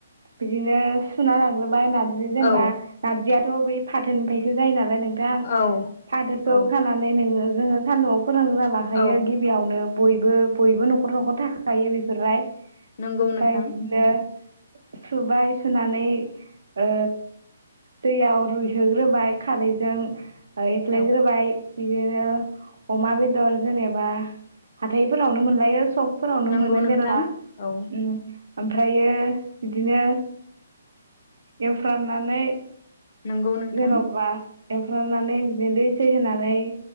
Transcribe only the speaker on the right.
बिदिनो सुना लाग्रोबाय ना जि जेनेबा
नारजिया थ' बै फाथोनिफ्रायसो जायो नालाय नों थां
फाथोखौ
खानानै नोङो जोङो सानदुंआव फोरानग्रोना लाखायो
गिबियावनो बयबो बयबो नखर नखर थाखायो बेफोरलाय
ओमफ्राय
बिदिनो सुबाय सुनानै ओ दैयाव रुयहोग्रोबाय खारैजों ओ एफ्लेग्रोबाय
बिदिनो अमा बेदर जेनेबा हाथायफोरावनो मोनलायो सब फोरावनो
मोनो
मेरला
ओम आमफ्रायो बिदिनो एवफ्रामनानै
जेन'बा एवफ्रामनानै बिदिनो दै सै होनानै